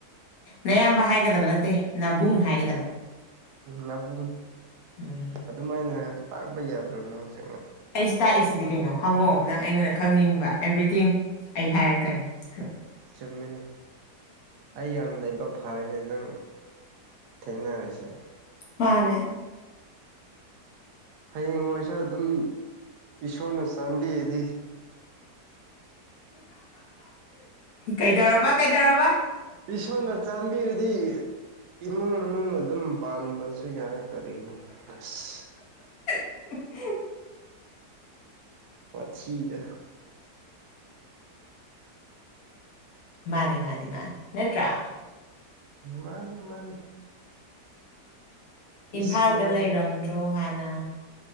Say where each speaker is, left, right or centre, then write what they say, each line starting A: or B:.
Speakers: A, on the left; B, on the right.
A: ꯅꯌꯥꯝꯕ ꯍꯥꯏꯒꯗꯕ ꯅꯠꯇꯦ ꯅꯥꯕꯨꯡ ꯍꯥꯏꯒꯗꯕ
B: ꯅꯥꯕꯨꯡ
A: ꯎꯝ
B: ꯑꯗꯨꯃꯥꯏꯅ ꯇꯥꯛꯕ ꯌꯥꯗ꯭ꯔꯥ ꯅꯪ ꯁꯨ
A: ꯑꯩꯁꯤ ꯇꯥꯛꯏꯁꯤꯗꯤ ꯀꯩꯅꯣ ꯍꯪꯉꯣ ꯅꯪ ꯑꯩꯉꯣꯟꯗ ꯈꯪꯅꯤꯡꯕ ꯑꯦꯚ꯭ꯔꯤꯊꯤꯡ ꯑꯩ ꯍꯥꯏꯔꯛꯀꯅꯤ
B: ꯆꯨꯝꯃꯤꯅꯦ ꯑꯩ ꯌꯥꯝ ꯂꯥꯏꯕꯛ ꯐꯔꯦꯅꯦ ꯅꯪ ꯊꯦꯡꯅꯔꯁꯦ
A: ꯃꯥꯅꯦ
B: ꯍꯌꯦꯡ ꯃꯣꯏꯁꯨ ꯑꯗꯨꯝ ꯏꯁꯣꯔꯅ ꯁꯥꯟꯕꯤꯔꯗꯤ
A: ꯀꯩꯗꯧꯔꯕ ꯀꯩꯗꯧꯔꯕ
B: ꯏꯁꯣꯔꯅ ꯆꯥꯟꯕꯤꯔꯗꯤ ꯏꯃꯨꯡ ꯃꯅꯨꯡ ꯑꯗꯨꯝ ꯄꯥꯟꯕꯁꯨ ꯌꯥꯏ ꯀꯔꯤꯅꯣ ꯑꯁ
A: <unintelligible>
B: ꯋꯥꯊꯤꯗꯣ
A: ꯃꯥꯅꯤ ꯃꯥꯅꯤ ꯃꯥꯅꯤ ꯅꯠꯇ꯭ꯔꯥ
B: ꯃꯥꯅꯤ ꯃꯥꯅꯤ ꯏꯁꯃꯥꯅꯤ
A: ꯏꯝꯐꯥꯜꯗ ꯂꯩꯔꯝꯗ꯭ꯔꯣ ꯍꯥꯟꯅ